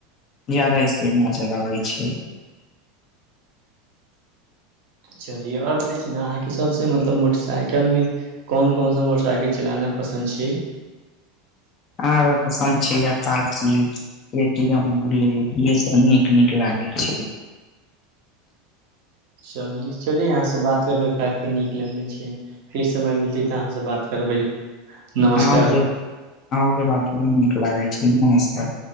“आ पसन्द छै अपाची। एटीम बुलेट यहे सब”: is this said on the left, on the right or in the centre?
Left